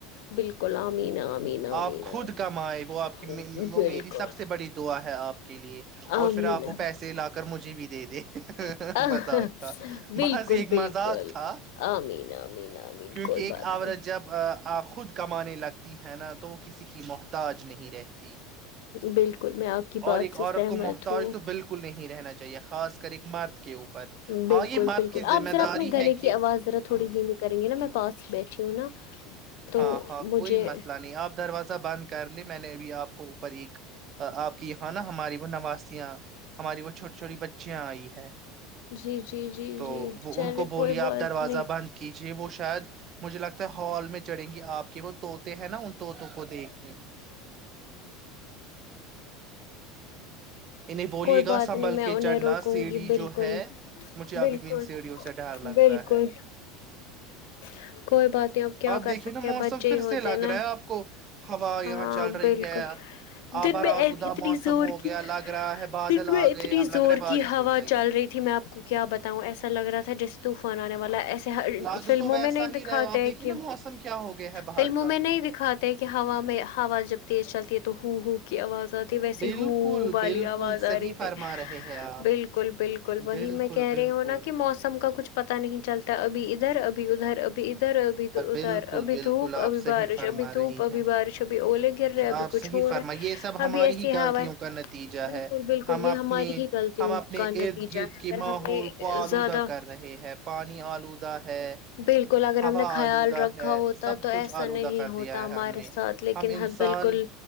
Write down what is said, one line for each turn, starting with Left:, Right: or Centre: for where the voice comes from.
Left: بالکل آمین آمین آمین
Right: آپ خود کمائے وہ آپ
Left: آمین
Right: کی وہ
Left: بالکل
Right: میری سب سے بڑی دعا ہے آپ کے لیے
Left: آمین
Right: اور پھر آپ وہ پیسے لا کر مجھے بھی دے دے
Left: آمین،
Right: مذاق تھا
Left: بالکل
Right: بض یہ ایک
Left: بالکل
Right: مذاق تھا
Left: آمین آمین آمین
Right: کیونکہ
Left: کوئی
Right: ایک
Left: بات
Right: آورت جب خود کمانے لگتا ہے نا تو وہ کسی کی محتاج نہیں رہتی
Left: بالکل میں آپ کی
Right: اور
Left: بات
Right: ایک
Left: سے
Right: عورت
Left: سہمت
Right: کو محتاج
Left: ہ
Right: تو بالکل نہیں رہنا چاہیے خاص کر ایک مرد کے اوپر
Left: بالکل
Right: ہاں یہ مرد
Left: بالکل
Right: کی ذمہ
Left: آپ ذرا
Right: داری
Left: اپنے گلے
Right: ہے کہ
Left: کی آواز ذرا تھوڑی دھی میں کریں گے نا میں پاس ہی بیٹھی ہوں نا تو
Right: ہاں ہاں
Left: مجھے
Right: کوئی مسئلہ نہیں آپ دروازہ بند کر میں نے اب آپ کو اوپر ایک آپ کی یہاں نا ہماری وہ نوازیاں ہماری وہ چھوٹی چوٹی بچی آئی ہے
Left: جی جی جی
Right: تو
Left: جی
Right: وہ
Left: چلے
Right: ان کو بولیے
Left: کوئی
Right: آپ
Left: بات
Right: دروازہ
Left: نہیں
Right: بند کیجیے وہ شوع شاید مجھے لگتا ہے ہال میں چڑیں گی آپ کے وہ توط ہیں نا ان طوطوں کو دیکھنے <inaudible> انہیں بولیے
Left: کوئی
Right: گا
Left: بات
Right: سنبھل
Left: نہیں میں
Right: کے
Left: انہیں
Right: چڑھنا
Left: روکوں
Right: سیڑھی
Left: گی بالکل
Right: جو ہے مجھے ابھی
Left: بالکل
Right: بھی ان سیڑھیوں سے ڈر لگتا
Left: بالکل
Right: ہے
Left: <inaudible> کوئی بات نہیں آپ کیا کر
Right: دیکھیے
Left: سکتے
Right: نا موسم
Left: ہیں بچے
Right: پھر
Left: ہی ہوتے
Right: سے لگ
Left: نا
Right: رہا ہے آپ کو ہوا
Left: ہاں
Right: یہاں چل
Left: بالکل
Right: رہی ہے آبار
Left: دن میں
Right: آلودہ
Left: اتنی
Right: موسم
Left: زور
Right: ہو
Left: کی
Right: گیا لگ رہا ہے بادل
Left: دن
Right: آ
Left: میں اتنی
Right: گئے اب
Left: زور
Right: لگ رہا ہے بارش
Left: کی ہوا
Right: ہو جائے
Left: چل
Right: گی
Left: رہی تھی میں آپ کو کیا بتاؤں ایسا لگ رہا تھا جس طوفان آنے والا ایسے
Right: لاگو
Left: فلموں
Right: تو ویسا
Left: میں نہیں دکھاتے
Right: ہی رہے آپ
Left: ہیں
Right: دیکھیے
Left: کہ
Right: نا موسم کیا ہو گیا ہے باہر
Left: فلموں
Right: کا
Left: میں نہیں دکھاتے کہ ہوا میں ہوا جب تیز چلتی ہے تو ہو ہو کی آواز ویسی
Right: بالکل
Left: ہو والی
Right: بالکل
Left: آواز
Right: صحیح
Left: آ رہی
Right: فرما
Left: تھی
Right: رہے ہیں آپ
Left: بالکل بالکل وہی
Right: بالکل
Left: میں کہہ
Right: بالکل
Left: رہی ہوں نا کہ موسم کا کچھ پتا نہیں چلتا ابھی ادھر ابھی ادھر ابھی ادھر اب ادھر
Right: بالکل
Left: ابھی
Right: بالکل
Left: دھوپ ابھی
Right: آپ صحیح
Left: بارش
Right: فرما
Left: ابھی دھوپ
Right: رہی
Left: ابھی
Right: ہیں
Left: بارش ابھی اولے گر رہاے ابھی
Right: آپ
Left: کچھ
Right: صحیح
Left: ہو
Right: فرما
Left: رہا ہے
Right: یہ سب ہماری
Left: ابھی ایسی
Right: ہی غلطیوں
Left: ہوا
Right: کا نتیجہ
Left: بالکل
Right: ہے
Left: بالکل
Right: ہم
Left: یہ
Right: اپنے
Left: ہماری ہی غلطیوں
Right: ہم اپنے
Left: کا
Right: ارد
Left: نتیجہ
Right: گرد
Left: ہے
Right: کے
Left: اگر
Right: ماحول
Left: ہم نے
Right: کو آلودہ
Left: زیادہ
Right: کر رہے ہیں پانی آلودہ ہے
Left: بالکل اگر
Right: ہوا
Left: ہم نے خیال
Right: آلودہ
Left: رکھا
Right: ہے
Left: ہوتا
Right: سب
Left: تو ایسا
Right: کچھ آلودہ
Left: نہیں
Right: کر
Left: ہوتا
Right: دیا
Left: ہمارے
Right: ہے ہم نے
Left: ساتھ لیکن
Right: انسان
Left: ہم بالکل